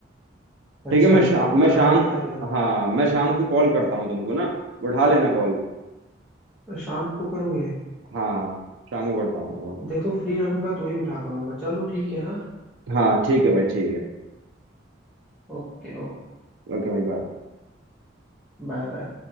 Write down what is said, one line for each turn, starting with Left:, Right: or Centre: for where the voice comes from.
Right: ठीक
Centre: अच्छा
Right: है मैं शा,
Centre: तो
Right: मैं
Centre: खाना
Right: शाम
Centre: खाने जा
Right: को
Centre: रहे हो
Right: हाँ मैं शाम को कॉल करता हूँ तुमको ना उठा लेना कॉल
Centre: शाम को करोगे
Right: हाँ शाम को करता हूँ मैं call।
Centre: देखो फ्री रहूंगा तो ही उठा पाऊंगा चलो ठीक है हाँ
Right: हाँ ठीक है भाई ठीक है
Centre: Okay okay
Right: ओके भाई बाय
Centre: Bye bye